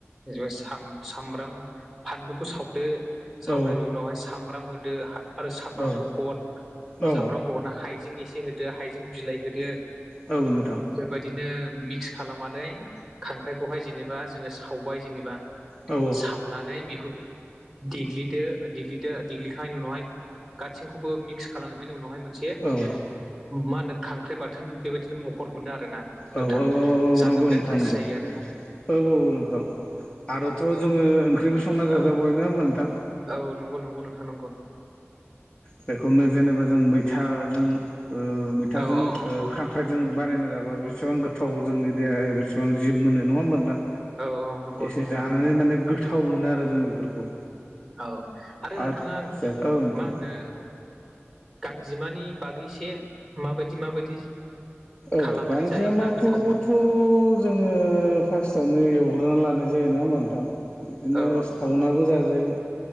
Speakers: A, in the centre; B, on the left (about 25°).
A: जबा सामब्राम फानलुखौ सावदो सावनायनि
B: औ
A: उनावहाय सामब्राम होदो आरो सामब्राम
B: औ
A: गुफुर
B: औ
A: सामब्राम गुफुर ह हाइजें एसे होदो हाइजें बिलाइ होदो
B: औनो
A: बेफोरबायदिनो मिक्स खालामनानै खांख्राइखौहाय जेनेबा जोङो सावबाय जेनेबा
B: औ
A: सावनानै बेखौ देग्लिदो देग्लिदो देग्लिखांनायनि उनावहाय गासैखौबो मिक्स खालामजोबनायनि उनावहाय मोनसे
B: औ
A: मा होनो खांख्राइ बाथोन बेबायाददि बिदिनो महर मोनो आरो ना
B: औ
A: नोंथां
B: औ
A: जानो
B: नंगौ
A: बिराद
B: नोंथां
A: टेस्ट
B: नंगौ
A: जायो आर ना
B: औ औ ओंख आरोथ' जोङो ओंख्रिबो संना
A: औ
B: जाजा बयनो मोनथां
A: औ नंगौ नंगौ नोंथां नंगौ
B: बेखौनो जेनेबा जों मैथाजों मैथाजों
A: औ औ औ
B: खां आखाइजों बानायना जाबा बेसेबां गोथाव जोंनि देहाया बेसेबां जिब मोनो नङा मोनदां
A: औ नंगौ
B: एसे
A: नंगौ
B: जानानै
A: नोंथां
B: माने गोथाव मोनो आरो जों बेफोरखौ
A: औ आरो नोंथाङा
B: आदसा औ नोंथां
A: मा होनो गांजेमानि बागैसे माबायदि माबायदि
B: औ
A: खालामनानै
B: गांज
A: जायोब्ला
B: माखौबोथ'
A: गोथाव मोनो
B: जोङो फार्स्टावनो एवग्रोना लानाय जायो नङा होमबा नोंथां बिदिनो
A: औ
B: सावनाबो जाजायो